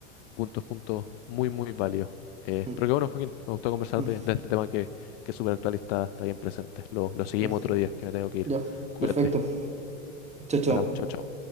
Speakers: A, on the left; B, on the right.
A: puntos, puntos muy, muy válidos. Eh,
B: mm,
A: pero qué bueno, Joaquín, me gustó conversar
B: mm,
A: de, de este tema que, que es súper actual y está, está bien presente. Lo, lo seguimos
B: sí.
A: otro día, que me tengo que ir.
B: Ya,
A: Cuídate,
B: perfecto. Chao, chao.
A: hablamos, chao, chao.